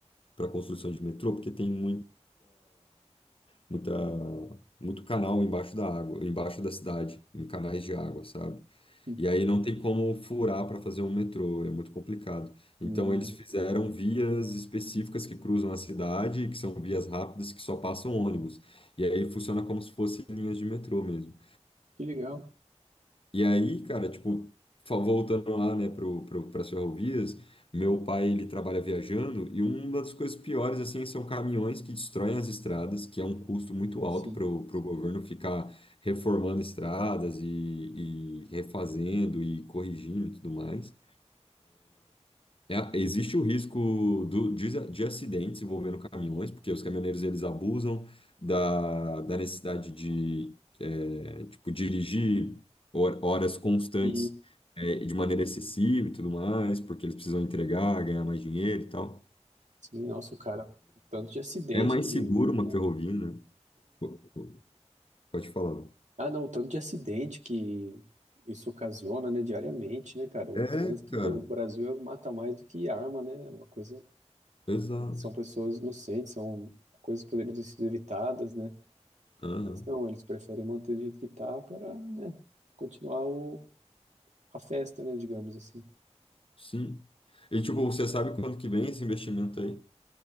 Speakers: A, on the left (about 50°); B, on the right (about 85°).
A: para construção de metrô, porque tem muita, muita, muito canal embaixo da água, embaixo da cidade, em canais de água, sabe?
B: Sim.
A: E aí não tem como furar para fazer um metrô, é muito complicado. Então
B: Hum,
A: eles fizeram vias específicas que cruzam a cidade, que são vias rápidas que só passam ônibus. E aí funciona como se fossem linhas de metrô mesmo.
B: que legal.
A: E aí, cara, tipo, fa- voltando lá, né, pro, pro, para as ferrovias, meu pai, ele trabalha viajando e uma das coisas piores, assim, são caminhões que destroem as estradas, que é um custo muito alto
B: Sim.
A: para o governo ficar reformando estradas e, e refazendo e corrigindo e tudo mais. É, existe o risco do, de, de acidentes envolvendo caminhões, porque os caminhoneiros eles abusam da, da necessidade de é, tipo, dirigir hor- horas constantes
B: E,
A: é, de maneira excessiva e tudo mais, porque eles precisam entregar, ganhar mais dinheiro e tal.
B: sim, nossa, cara, o tanto de acidente
A: É, é mais
B: que.
A: seguro uma
B: né?
A: ferrovia, né? Po- po- Pode falar.
B: Ah, não, o tanto de acidente que isso ocasiona, né, diariamente, né, cara? O
A: É,
B: trânsito
A: cara,
B: do Brasil mata mais do que arma, né? É Uma coisa.
A: exato.
B: e São pessoas inocentes, são coisas que poderiam ter sido evitadas, né?
A: Aham,
B: Mas não, eles preferem manter do jeito que tá para, né, continuar o, a festa, né, digamos assim.
A: Sim. E tipo, você sabe quando que vem esse investimento aí?